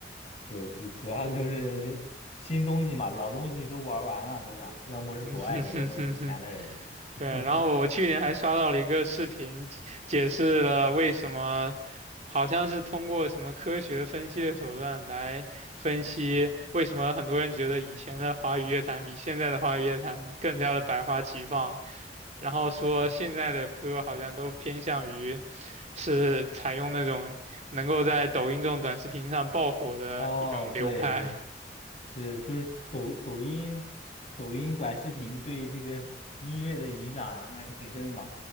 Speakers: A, on the left; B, on the right.
A: 对，主主要就是那新东西嘛，老东西都玩完了，都让，要么是国外的，
B: <laughs> 嗯哼哼哼哼，
A: 要么是以前的人。
B: 对，
A: <laughs>
B: 然后我去年还刷到了一个视频，解解释了为什么，好像是通过什么科学分析的手段来分析为什么很多人觉得以前的华语乐坛比现在的华语乐坛更加的百花齐放，然后说现在的歌好像都偏向于是采用那种能够在抖音这种短视频上爆火的一种流派，
A: 哦，对对。是，就是抖抖音、抖音短视频对这个音乐的影响还挺深的嘛。